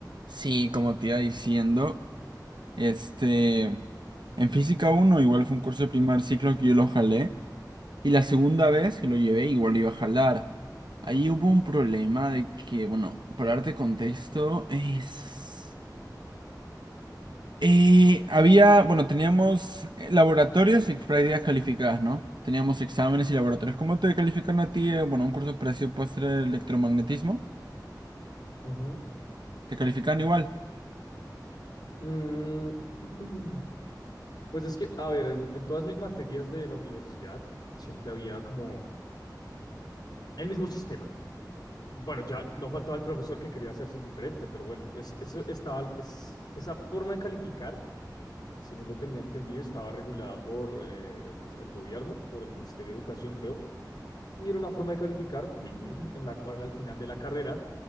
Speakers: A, on the right; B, on the left.
A: Sí, como te iba diciendo, este, en física uno igual fue un curso de primer ciclo que yo lo jalé y la segunda vez que lo llevé igual lo iba a jalar. Ahí hubo un problema de que, bueno, para darte contexto, es... eh, había, bueno, teníamos eh, laboratorios y prácticas calificadas, ¿no? Teníamos exámenes y laboratorios. ¿Cómo te califican a ti? eh, Bueno, un curso parecido puede ser electromagnetismo.
B: Ujú.
A: ¿Te califican igual?
B: Mm, <clears throat> pues es que, a ver, en, en todas mis materias de la universidad siempre había como el mismo sistema. Bueno, ya no faltaba el profesor que quería hacerse el diferente, pero bueno, es, eso estaba, es, esa forma de calificar, según lo tenía entendido, estaba regulada por eh, no sé, el gobierno, por el Ministerio de Educación, creo, y era una forma de calificar <clears throat> en la cual al final de la carrera,